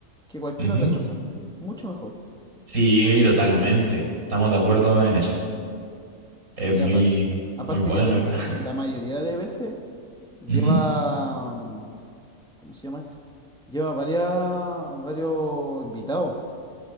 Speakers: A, in the centre; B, on the right.
A: que cualquier
B: Ujú.
A: otra cosa. Mucho mejor.
B: Sí, totalmente. Estamos de acuerdo en eso. Es
A: Sí,
B: muy,
A: y apar- aparte
B: muy bueno,
A: que a veces,
B: la verdad.
A: la mayoría de veces
B: <laughs>
A: lleva.
B: Ujú.
A: ¿cómo se llama esto? Lleva varias, varios invitados.